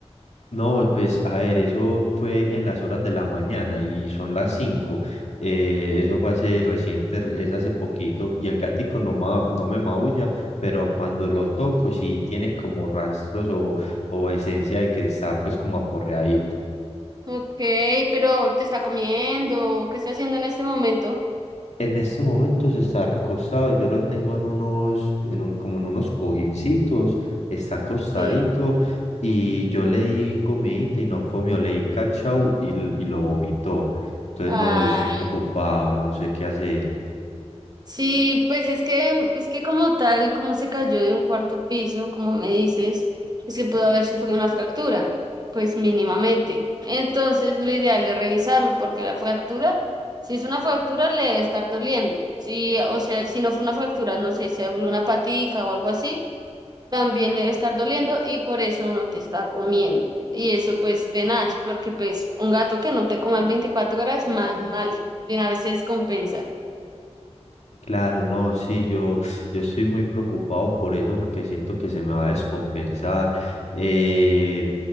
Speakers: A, on the left; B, on the right.
A: No, pues a ver, eso fue en las horas de la mañana y son las 5. eh, eso fue hace reciente, re- es hace poquito y el gatico no, ma- no me maulla, pero cuando lo toco sí tiene como rastros o, o esencia de que está pues como aporreadito.
B: Ok, pero ¿te está comiendo? ¿Qué está haciendo en este momento?
A: En estos momentos está recostado, yo lo tengo en unos, en un, como en unos cojincitos, está acostadito
B: Sí.
A: y yo le di comidita y no comió, le di cachao y, l- y lo vomitó. Entonces
B: Ah.
A: no, estoy preocupado, no sé qué hacer.
B: Sí, pues es que, es que como tal, como se cayó de un cuarto piso, como me dices, es que pudo haber sufrido una fractura, pues mínimamente. Entonces, lo ideal es revisarlo, porque la fractura, si es una fractura, le debe estar doliendo. Si, o sea, si no fue una fractura, no sé, se dobló una patica o algo así, también le debe estar doliendo y por eso no te está comiendo. Y eso pues tenaz, porque pues un gato que no te come en 24 horas, mal, mal, de una vez se descompensa.
A: Claro, no, sí, yo, yo estoy muy preocupado por eso porque siento que se me va a descompensar. Eh,